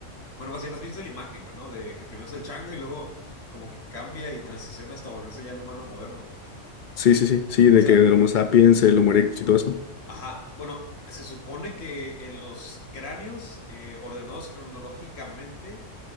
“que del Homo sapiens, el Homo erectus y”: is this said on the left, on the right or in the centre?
Left